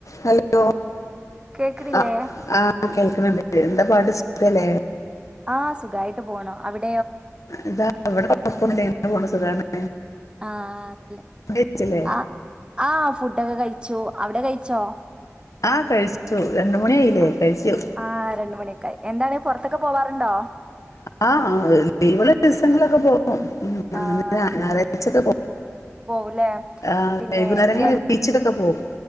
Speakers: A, on the left; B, on the right.
A: Hello
B: കേക്കണില്ലേ
A: ആ ആ- എന്താ പാട് സുഖല്ലേ?
B: ആഹ് സുഖായിട്ട് പോണം അവിടെ?
A: ഇതാ അവിടെ് ചെയ പോ സുഗാണ്.
B: ആഹ് അല്ലെ
A: കഴിച്ചില്ലേ
B: ആ ആ ഫുഡൊക്കെ കഴിച്ച് ച്ചു അവിടെ കഴിച്ചോ?
A: ആ കഴിച്ചു രണ്ട് മണിയായില്ലേ
B: ആഹ്
A: കഴിച്ചു.
B: ആഹ് രണ്ട് മണിയൊക്കായി എന്താണ് പൊറത്തൊക്കെ പോവാറുണ്ടോ
A: ആ ഇളള ദിവസങ്ങളൊെ.
B: ആഹ്
A: ങ്ങനെ ഞായറാഴ്ചക്കെ.
B: പോവുലേ
A: ആ
B: പിന്നെ
A: വൈകുന്നേരങ്ങളിൽ
B: ഈ അടു
A: ബീച്ചിലൊക്കെ പോവും.